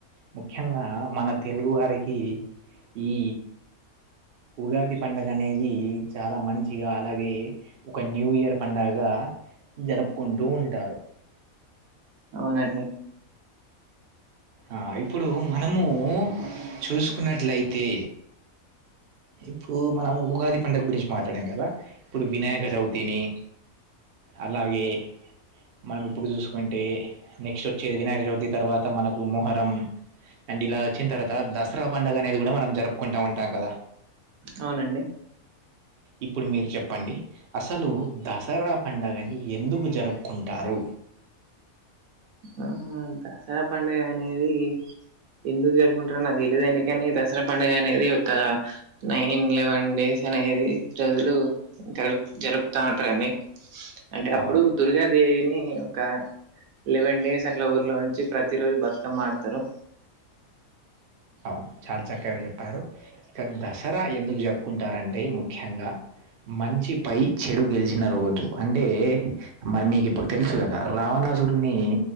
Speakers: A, on the right; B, on the right.
A: ముఖ్యంగా మన తెలుగు వారికి ఈ ఉగాది పండగ అనేది చాలా మంచిగా అలాగే ఒక న్యూ ఇయర్ పండగ జరుపుకుంటూ ఉంటారు
B: అవునండి
A: ఆ ఇప్పుడు మనము చూసుకున్నట్లయితే ఇప్పుడు మనం ఉగాది పండగ గురించి మాట్లాడాం కదా ఇప్పుడు వినాయక చవితిని అలాగే మనం ఇప్పుడు చూసుకు కుంటే నెక్స్ట్ వచ్చేది వినాయక చవితి తర్వాత మనకు మొహరం అండ్ ఇలా వచ్చిన తర్వాత దసరా పండగ అనేది కూడా మనం జరుపుకుంటా ఉంటాం కదా
B: అవునండి
A: ఇప్పుడు మీరు చెప్పండి అసలు దసరా పండగని ఎందుకు జరుపుకుంటారు
B: ఆ దసరా పండుగ అనేది ఎందుకు జరుపుకుంటారో నాకు తెలిదండి కని దసరా పండగ అనేది ఒక నైన్ లెవెన్ డేస్ అనేది రోజులు గపు జరుపుతా ఉంటరండి అంటే అప్పుడు
A: అవును
B: దుర్గాదేవిని ఒక లెవెన్ డేస్ అట్ల ఊర్లో ఉంచి ప్రతి రోజు బతుకమ్మ ఆడుతరు
A: అవును చాలా చక్కగా చెప్పారు ఇక దసరా ఎందుకు జరుపుకుంటారంటే ముఖ్యంగా మంచి పై చెడు గెలిచిన రోజు అంటే మరి మీకు ఇప్పుడు తెలుసు కదా రావణాసురిని